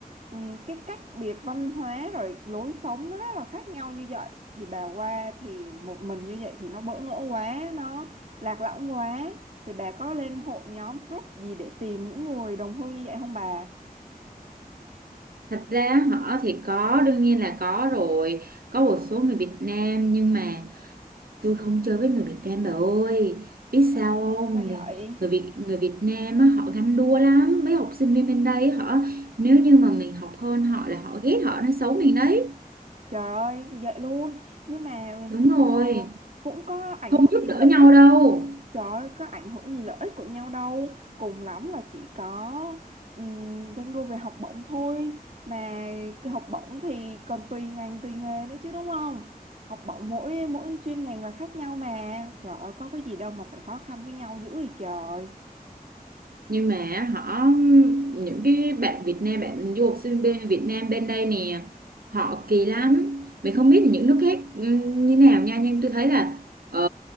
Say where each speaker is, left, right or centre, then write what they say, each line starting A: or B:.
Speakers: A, on the right; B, on the right.
A: ừm, cái cách biệt văn hóa rồi lối sống nó rất là khác nhau như vậy thì bà qua thì một mình như vậy thì nó bỡ ngỡ quá, nó lạc lõng quá thì bà có lên hội nhóm group gì để tìm những người đồng hương như vậy không bà?
B: thật ra họ thì có đương nhiên là có rồi có một số người Việt Nam nhưng mà tôi không chơi với người Việt Nam bà ơi biết
A: Trời
B: sao
A: ơi,
B: không
A: Sao vậy?
B: người, người Việt người Việt Nam á, họ ganh đua lắm mấy học sinh viên bên đây á, họ nếu như mà mình học hơn họ là họ ghét họ nói xấu mình đấy
A: Trời ơi, vậy luôn. Nhưng mà
B: đúng rồi
A: ờ, cũng có ảnh
B: không
A: hưởng
B: giúp
A: gì
B: đỡ
A: lợi
B: nhau
A: ích.
B: đâu
A: Trời ơi, có ảnh hưởng gì lợi ích của nhau đâu. Cùng lắm là chỉ có um, ganh đua về học bổng thôi. Mà cái học bổng thì còn tùy ngành, tùy nghề nữa chứ đúng không? Học bổng mỗi mỗi chuyên ngành là khác nhau mà. Trời ơi, có cái gì đâu mà phải khó khăn với nhau dữ vậy trời.
B: nhưng mà họ những cái bạn Việt Nam bạn du học sinh bên Việt Nam bên đây nè họ kỳ lắm mình không biết những nước khác ừm, như nào nha nhưng tôi thấy là ờ,